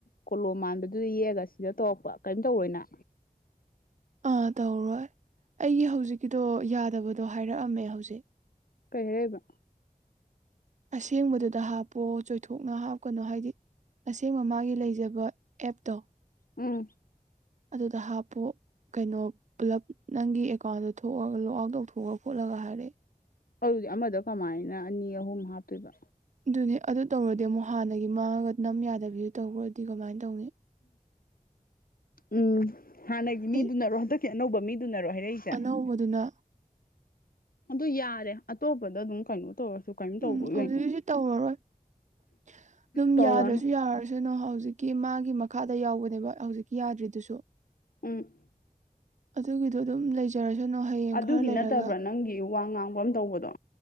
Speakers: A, on the left (about 80°); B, on the right (about 55°).
A: ꯀꯣꯂꯣꯝ ꯃꯥꯟꯕꯗꯨꯗ ꯌꯦꯛꯑꯒ ꯁꯤꯗ ꯇꯧꯔꯛꯄ ꯀꯦꯝ ꯇꯧꯔꯣꯏꯅ
B: ꯑꯥ ꯇꯧꯔꯣꯏ ꯑꯩꯒꯤ ꯍꯧꯖꯤꯛꯀꯤꯗꯣ ꯌꯥꯗꯕꯗꯣ ꯍꯥꯏꯔꯛꯑꯝꯃꯦ ꯍꯧꯖꯤꯛ
A: ꯀꯩ ꯍꯥꯏꯔꯛ ꯏ ꯕ
B: ꯑꯁꯦꯡꯕꯗꯨꯗ ꯍꯥꯞꯄꯣ ꯆꯣꯏꯊꯣꯛꯅ ꯍꯥꯞꯀꯅꯨ ꯍꯥꯏꯗꯤ ꯑꯁꯦꯡꯕ ꯃꯥꯒꯤ ꯂꯩꯖꯕ ꯑꯦꯞꯇꯣ
A: ꯎꯝ
B: ꯑꯗꯨꯗ ꯍꯥꯞꯄꯨ ꯀꯩꯅꯣ ꯄꯨꯂꯞ ꯅꯪꯒꯤ ꯑꯦꯀꯥꯎꯟꯗꯣ ꯊꯣꯛꯑꯒ ꯂꯣꯛ ꯑꯥꯎꯠ ꯇꯧꯊꯣꯛꯑꯒ ꯈꯣꯠꯂꯒ ꯍꯥꯏꯔꯛꯑꯦ
A: ꯑꯗꯨꯨꯗꯤ ꯑꯃꯗ ꯀꯃꯥꯏꯅ ꯑꯅꯤ ꯑꯍꯨꯝ ꯍꯥꯞꯇꯣꯏꯕ
B: ꯑꯗꯨꯅꯦ ꯑꯗꯨ ꯇꯧꯔꯗꯤ ꯑꯃꯨꯛ ꯍꯥꯟꯅꯒꯤ ꯃꯥꯡꯉꯒ ꯅꯝ ꯌꯥꯗꯕꯤ ꯇꯧꯈ꯭ꯔꯗꯤ ꯀꯃꯥꯏꯅ ꯇꯧꯅꯤ
A: ꯎꯝ ꯍꯥꯟꯅꯒꯤ
B: ꯑꯩ
A: ꯃꯤꯗꯨꯅꯔꯣ ꯍꯟꯗꯛꯀꯤ ꯑꯅꯧꯕ ꯃꯤꯗꯨꯅꯔꯣ ꯍꯥꯏꯔꯛꯏꯁꯦ
B: ꯑꯅꯧꯕꯗꯨꯅ
A: ꯑꯗꯨ ꯌꯥꯔꯦ ꯑꯇꯣꯞꯄꯗ ꯑꯗꯨꯝ ꯀꯩꯅꯣ ꯇꯧꯔꯁꯨ ꯀꯩꯝ ꯇꯧꯔꯣꯏ
B: ꯎꯝ
A: ꯀꯩꯅꯣ
B: ꯍꯧꯖꯤꯀꯤꯁꯤ ꯇꯧꯔꯔꯣꯏ ꯑꯗꯨꯝ
A: ꯇꯧꯔꯅꯨ
B: ꯌꯥꯗ꯭ꯔꯁꯨ ꯌꯥꯔꯁꯨ ꯀꯅꯣ ꯍꯧꯖꯤꯛꯀꯤ ꯃꯥꯒꯤ ꯃꯈꯥꯗ ꯌꯥꯎꯕꯅꯦꯕ ꯍꯧꯖꯤꯛꯀꯤ ꯌꯥꯗ꯭ꯔꯤꯗꯨꯁꯨ
A: ꯎꯝ
B: ꯑꯗꯨꯒꯤꯗꯣ ꯑꯗꯨꯝ ꯂꯩꯖꯔꯁꯅꯨ ꯍꯌꯦꯡ
A: ꯑꯗꯨꯒꯤ
B: ꯈꯔ ꯂꯩꯔꯒ
A: ꯅꯠꯇꯕ꯭ꯔꯥ ꯅꯪꯒꯤ ꯋꯥ ꯉꯥꯡꯕ ꯑꯃ ꯇꯧꯕꯗꯣ